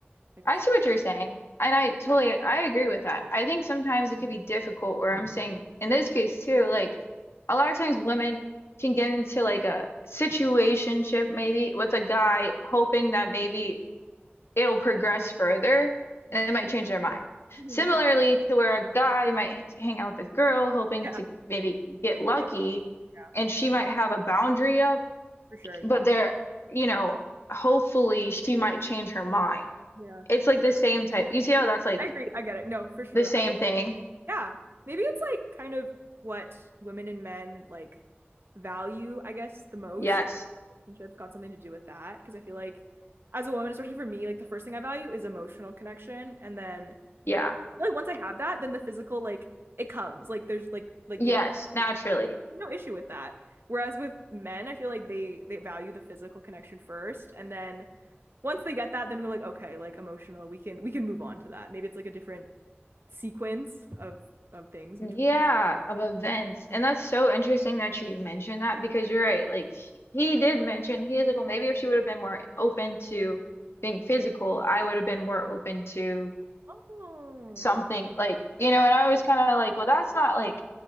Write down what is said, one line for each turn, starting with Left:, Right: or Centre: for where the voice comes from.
Right: like what
Left: I see
Right: you.
Left: what you're saying, and I totally I agree with that. I think sometimes it could be difficult where I'm saying in this case too, like a lot of times women can get into like a situationship maybe with a guy hoping that maybe it'll progress further
Right: Mhm.
Left: and it might change their mind.
Right: Mhm.
Left: Similarly
Right: Yeah.
Left: to where a guy might hang out with a girl hoping
Right: Yeah.
Left: to maybe get lucky
Right: Yeah. Yeah,
Left: and she might have a boundary up,
Right: For sure. Yeah.
Left: but they're, you know, hopefully she might change her mind
Right: Yeah.
Left: it's like the same type. You see how that's like
Right: I agree. I get it. No, for sure.
Left: the same thing?
Right: Yeah. Maybe it's like kind of what women and men like value, I guess, the most.
Left: Yes.
Right: Relationships got something to do with that. Because I feel like as a woman, especially for me, like the first thing I value is emotional connection. And then
Left: Yeah.
Right: I feel like once I have that, then the physical, like it comes. Like there's like like
Left: Yes.
Right: you know what
Left: Naturally.
Right: I mean? Like, no issue with that. Whereas with men, I feel like they they value the physical connection first. And then once they get that, then we're like, okay, like emotional, we can we can move on to that. Maybe it's like a different sequence of of things
Left: Yeah.
Right: between
Left: Of events. And that's so interesting that you mentioned that because you're right. Like he did mention, he is like, well, maybe if she would have been more open to being physical, I would have been more open to
Right: Oh,
Left: something
Right: yeah,
Left: like, you
Right: yeah,
Left: know, and I was
Right: yeah.
Left: kind of like, well, that's not like